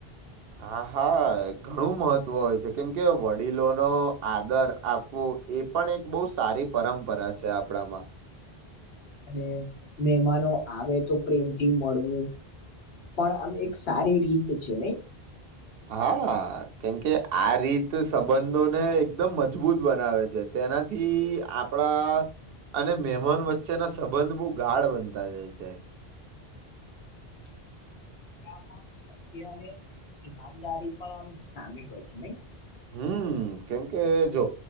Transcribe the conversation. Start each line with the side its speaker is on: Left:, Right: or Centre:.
Right: હા હા ઘણું મહત્વ હોય છે. કેમ કે વડીલો નો આદર આપવો એ પણ એક બહુ સારી પરંપરા છે આપણામાં.
Left: અને મહેમાનો આવે તો પ્રેમથી મળવું. પણ આમ એક સારી રીત છે નઈ?
Right: હા, કેમકે આ રીત સંબંધોને એકદમ મજબૂત બનાવે છે. તેનાથી આપણા અને મેમાન વચ્ચેના સંબંધ બહુ ગાઢ બનતા જાય છે.
Left: <inaudible> સત્ય અને ઈમાનદારી પણ આમ સામે હોય છે નઈ?
Right: હમ્મ, કેમકે જો